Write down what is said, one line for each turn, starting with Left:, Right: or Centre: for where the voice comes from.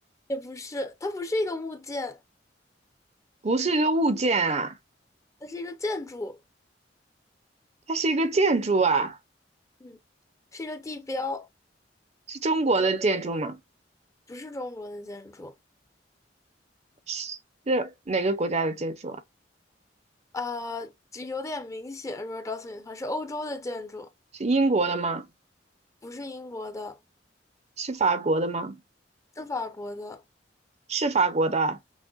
Left: 也不是，它不是一个物件，
Right: 不是一个物件啊，
Left: 它是一个建筑，
Right: 它是一个建筑啊。
Left: 嗯，是一个地标，
Right: 是中国的建筑吗？
Left: 不是中国的建筑，
Right: 是是哪个国家的建筑啊？
Left: 呃，这有点明显，如果告诉你的话，是欧洲的建筑，
Right: 是英国的吗？
Left: 不是英国的，
Right: 是法国的吗？
Left: 是法国的，
Right: 是法国的啊